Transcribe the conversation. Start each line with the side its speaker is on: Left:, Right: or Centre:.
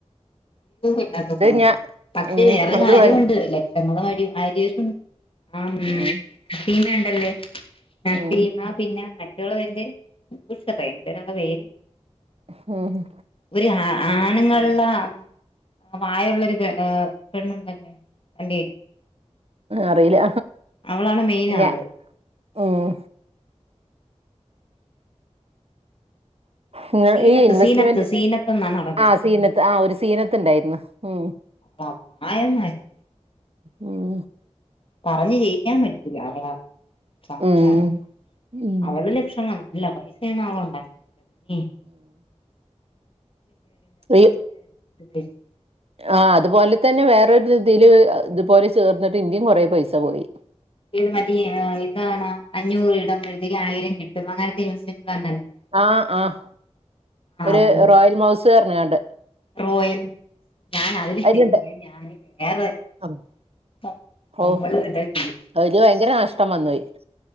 Left: <unintelligible>
Right: ഞാൻ
Left: പക്ഷെ
Right: ഉം
Left: വേറെ
Right: അത്
Left: കാര്യമുണ്ട്..
Right: ഭയ
Left: ലക്ഷങ്ങള <unintelligible> ആഹും
Right: ഉം
Left: നസീമ ഇണ്ടല്ലേ നസീമ
Right: ഉം
Left: പിന്നെ <unintelligible>
Right: ആഹ് ആഹ്
Left: ഒരു ആണുങ്ങൾള്ള ആ പ്രായുള്ളൊരു പെ പെണ്ണുണ്ടല്ലോ <unintelligible>
Right: അറിയില്ല
Left: അവളാണ് മെയിൻ
Right: ഞാ
Left: ആള്
Right: ഉം ഇങ്ങ
Left: സീനത്ത്
Right: ഈ ഇൻവെസ്റ്റ്മെന്റ്
Left: സീനത്ത് സീനത്തന്നാണ് ഓളെ
Right: ആ
Left: പെര്
Right: സീനത്ത് ആ ഒരു സീനത്ത്ണ്ടായിരുന്നു ഉം
Left: <unintelligible>
Right: ഉം
Left: പറഞ്ഞ് ജയിക്കാൻ പറ്റൂല അവള സംസാരം
Right: ഉം ഉം
Left: അവടെ ലക്ഷങ്ങൾ... നല്ല പൈസ അവള് ഉണ്ടാക്കി ഉം
Right: ഈ
Left: <unintelligible>
Right: ആ അതുപോലെ തന്നെ വേറൊരു ഇതില് ഇതുപോലെ ചേർന്നിട്ട് ഇന്റി കൊറെ പൈസ പോയി
Left: ഏത് മറ്റേ ഇതാണോ.. അഞ്ഞൂറ് ഇടുമ്പഴത്തേക്ക് ആയിരം കിട്ടും അങ്ങനത്തെ <unintelligible>
Right: ആഹ്.. ആഹ്..
Left: ആ
Right: ഒരു
Left: അത്
Right: റോയൽ മൗസ് പറഞ്കാണ്ട്
Left: റോയൽ ഞാൻ അതില്
Right: അതിലുണ്ട്
Left: ചേർന്നില്ല ഞാന് വേറെ
Right: <unintelligible>
Left: <unintelligible>
Right: ഓ അതില് ഭയങ്കര നഷ്ടം വന്നോയി